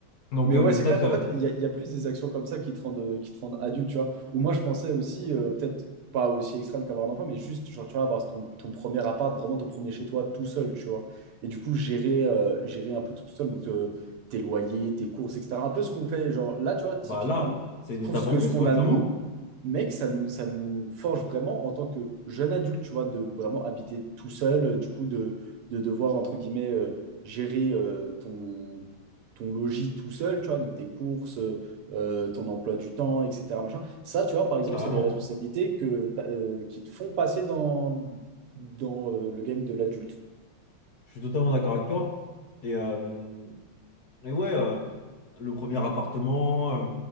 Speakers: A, on the left; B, on the right.
A: Donc,
B: mais
A: euh,
B: ouais,
A: bon,
B: c'est
A: peut-être,
B: clair qu'en
A: euh,
B: fait, il y a, il y a plus des actions comme ça qui te rendent, qui te rendent adulte, tu vois. Ou moi, je pensais aussi, euh, peut-être pas aussi extrême qu'avoir un enfant, mais juste, genre, tu vois, avoir ton, ton premier appart, vraiment ton premier chez toi, tout seul, tu vois. Et du coup, gérer, euh, gérer un peu tout, tout seul, donc euh, tes loyers, tes courses, etc. Un peu ce qu'on fait, genre, là, tu vois, typiquement,
A: bah là, c'est
B: je
A: une
B: trouve
A: étape
B: ce que
A: en plus,
B: ce qu'on
A: ouais,
B: a,
A: clairement,
B: nous, mec, ça nous, ça nous forge vraiment en tant que jeune adulte, tu vois, de vraiment habiter tout seul, euh, du coup, de, de devoir, entre guillemets, euh, gérer euh, ton, ton logis tout seul, tu vois, donc tes courses, euh, euh, ton emploi du temps, etc. machin. Ça, tu vois, par exemple,
A: carrément.
B: c'est des responsabilités que, t'as- euh, qui te font passer dans, dans euh, le game de l'adulte.
A: Je suis totalement d'accord avec toi. Et, euh, et ouais, euh, le premier appartement. euh,